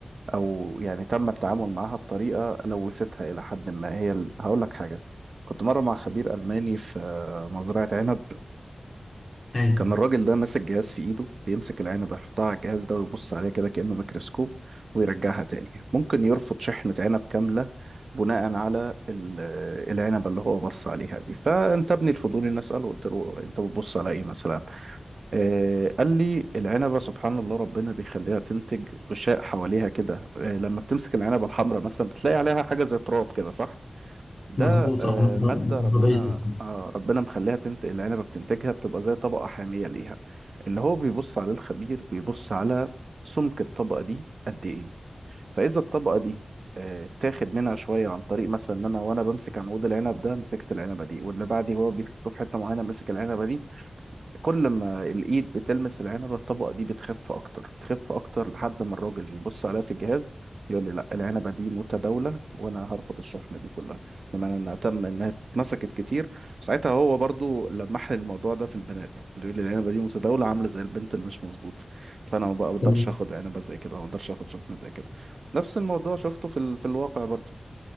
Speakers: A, on the right (about 75°); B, on the left (about 45°).
A: او يعني تم التعامل معاها بطريقه لوثتها الى حد ما هي ال- هقول لك حاجه كنت مره مع خبير الماني في آه، مزرعه عنب
B: ايوه
A: كان الراجل ده ماسك جهاز في ايده بيمسك العنبة يحطها على الجهاز ده ويبص عليها كده كأنه ميكروسكوب ويرجعها تاني ممكن يرفض شحنة عنب كاملة بناء على ال- العنبة اللي هو بص عليها دي فانتابني الفضول اني اسأله قلت له انت بتبص على ايه مثلا آه قال لي العنبة سبحان الله ربنا بيخليها تنتج غشاء حواليها كده آه لما بتمسك العنبة الحمراء مثلا بتلاقي عليها حاجة زي تراب كده صح ده
B: مظبوط
A: آه،
B: اه مظبوط.
A: مادة ربنا آه، ربنا مخليها تنتج العنبة بتنتجها بتبقى زي طبقة حامية ليها اللي هو بيبص عليه الخبير بيبص على سمك الطبقة دي قد ايه فإذا الطبقة دي آه، تاخد منها شوية عن طريق مثلا إن أنا وأنا بمسك عنقود العنب ده مسكت العنبة دي واللي بعدي هو بيحطه في حتة معينة مسك العنبة دي كل ما الايد بتلمس العنبه الطبقه دي بتخف اكتر بتخف اكتر لحد ما الراجل يبص عليها في الجهاز يقول لي لا العنبه دي متداوله وانا هرفض الشحنه دي كلها بمعنى انها تم انها اتمسكت كتير ساعتها هو برضو لمح لي الموضوع ده في البنات بيقول لي العنبه دي متداوله عامله زي البنت اللي مش مظبوطه فانا ما بقدرش
B: تمام.
A: اخد عنبه زي كده ما بقدرش اخد شحنه زي كده نفس الموضوع شفته في ال... في الواقع برضو